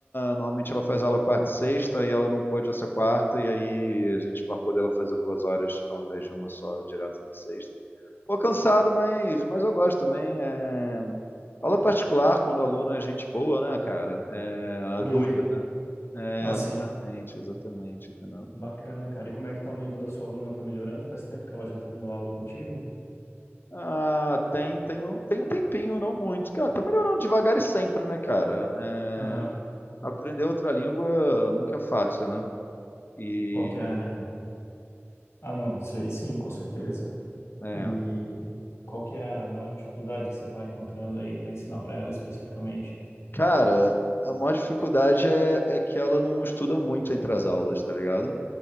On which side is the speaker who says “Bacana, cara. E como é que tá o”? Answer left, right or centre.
Left